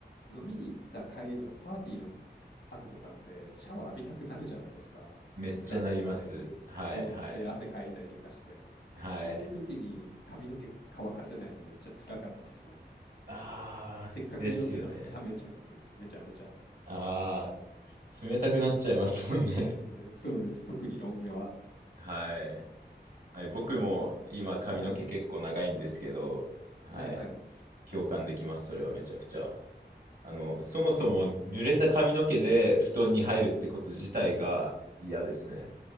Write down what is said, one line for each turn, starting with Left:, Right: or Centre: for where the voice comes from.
Left: 飲みに行った帰りとかパーティーの後とかってシャワー浴びたくなるじゃないですか。そのクラブとかで
Right: めっちゃなります。はい、
Left: 踊って汗かいたりとかして。
Right: はい、はい。
Left: そういう時に髪の毛乾かせないのめっちゃ辛かったっすね。
Right: ああ、
Left: せっかく酔ってたのに冷めちゃうっていう、
Right: ですよね。
Left: めちゃめちゃ。
Right: ああ、つ冷たくなっちゃいますもんね。
Left: そうね、そうです。特にロン毛は。
Right: <laughs> はい。はい、僕も今髪の毛結構長いんですけど、
Left: はい。
Right: はい。
Left: はいはい。
Right: 共感できます、それはめちゃくちゃ。あの、そもそも濡れた髪の毛で布団に入るってこと自体が嫌ですね。